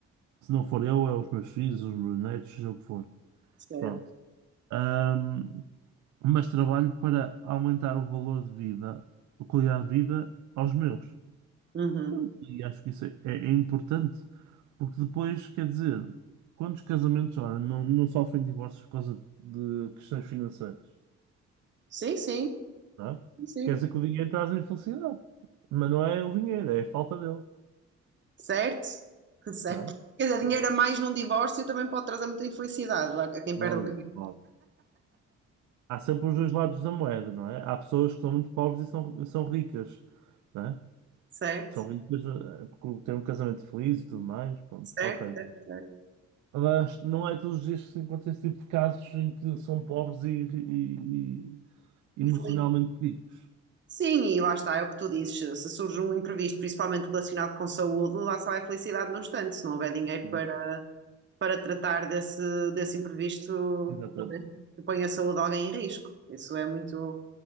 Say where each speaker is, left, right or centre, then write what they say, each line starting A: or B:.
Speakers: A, on the right (about 70°); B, on the right (about 40°).
A: Se não for eu, é os meus filhos, os meus netos, seja o que for.
B: certo.
A: Pronto. Ahm, mas trabalho para aumentar o valor de vida, a qualidade de vida aos meus.
B: Uhum.
A: Pronto, E acho que isso é, é- é importante, porque depois, quer dizer, quantos casamentos, ora, não, não sofrem divórcios por causa de questões financeiras,
B: Sim, sim,
A: não é?
B: sim.
A: Quer dizer que o dinheiro traz a infelicidade, mas não é o dinheiro, é a falta dele,
B: Certo? <laughs> Certo.
A: não é?
B: Quer dizer, dinheiro a mais num divórcio também pode trazer muita infelicidade a a quem
A: Claro,
B: perde o dinheiro.
A: claro. Há sempre os dois lados da moeda, não é? Há pessoas que são muito pobres e são, são ricas, não é?
B: Certo?
A: São ricas eh, porque têm um casamento feliz e tudo mais, pronto,
B: Certo,
A: ok.
B: certo, certo.
A: Mas não é todos os dias que se encontra esse tipo de casos em que são pobres e, emocionalmente
B: E feliz.
A: ricos.
B: Sim, e lá está, é o que tu dizes. Se surge um imprevisto, principalmente relacionado com saúde, lá só vai felicidade no instante, se não houver dinheiro
A: E,
B: para. para tratar desse, desse imprevisto
A: exatamente.
B: não é? que põe a saúde de alguém em risco. Isso é muito,